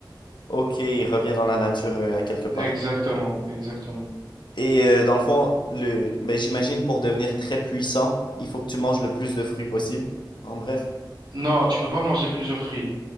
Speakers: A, on the left; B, on the right.
A: Ok, il revient dans la nature euh, à quelque part.
B: Exactement, exactement.
A: Et euh, dans le fond, le, ben, j'imagine pour devenir très puissant, il faut que tu manges le plus de fruits possible. En bref,
B: Non, tu peux pas manger plusieurs fruits.